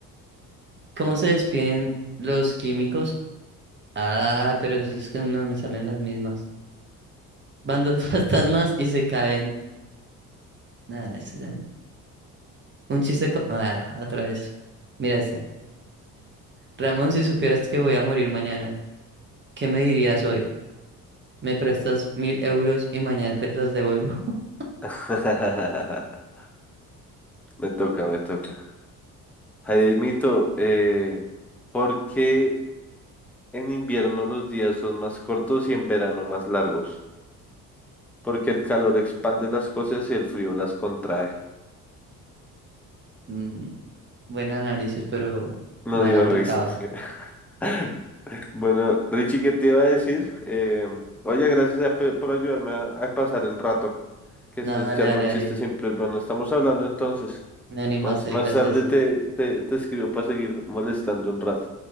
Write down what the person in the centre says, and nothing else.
<laughs> Me toca, me toca. Jaimito, eh, ¿por qué en invierno los días son más cortos y en verano más largos? porque el calor expande las cosas y el frío las contrae.
No
dio
risas. <laughs> Bueno, Richie, ¿qué te iba a decir? Eh, oye, gracias a- pe- por ayudarme a, a pasar el rato, que
eso es
echarnos
chistes siempre es bueno. Estamos hablando entonces.
Más, más
tarde te, te, te escribo para seguir molestando un rato.